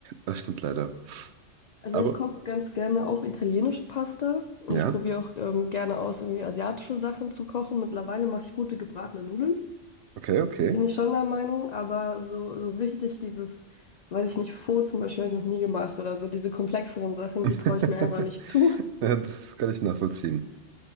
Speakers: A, on the right (about 70°); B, on the left (about 75°).
A: das stimmt leider.
B: Also
A: Aber
B: ich koche ganz gerne auch italienische Pasta und
A: ja,
B: ich probiere auch ähm, gerne aus, irgendwie asiatische Sachen zu kochen. Mittlerweile mache ich gute gebratene Nudeln,
A: okay, okay.
B: bin ich schon der Meinung, aber so, so richtig dieses, weiß ich nicht, Pho zum Beispiel habe ich noch nie gemacht oder so diese komplexeren Sachen,
A: <laughs>
B: die traue ich mir einfach nicht zu.
A: Ja, das kann ich nachvollziehen.